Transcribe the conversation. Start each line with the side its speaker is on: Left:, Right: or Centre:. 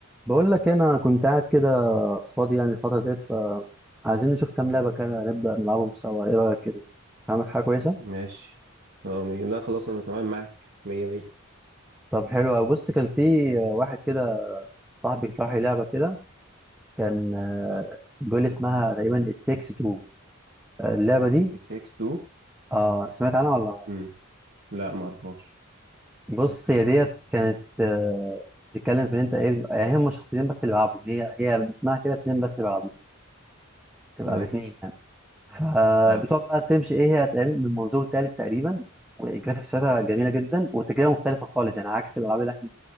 Centre: بقول لك انا كنت قاعد كده فاضي يعني الفتره ديت فعايزين نشوف كام لعبه كده نبدا نلعبهم سوا ايه رايك كده عامل حاجه كويسه
Right: ماشي اه مي... لا خلاص انا تمام معاك مية مية
Centre: طب حلو أوي. بص كان في واحد كده صاحبي اقترح لي لعبه كده كان آه،
Right: اه
Centre: بيقول لي اسمها تقريبا التكس تو اللعبه دي
Right: it takes two
Centre: اه سمعت عنها ولا
Right: امم لا ما اعرفهاش
Centre: لأ؟ بص هي ديت كانت آه، بتتكلم في ان انت ايه بيبقى- يعني هم شخصيتين بس اللي بيلعبوا هي هي من اسمها كده اتنين بس اللي بيلعبوا تبقى
Right: تمام
Centre: باتنين يعني فبتقعد
Right: اه
Centre: بقى تمشي ايه هي هتقابل من منظور تالت تقريبا والجرافيكس بتاعتها جميله جدا والتجربه مختلفه خالص يعني عكس الالعاب اللي احنا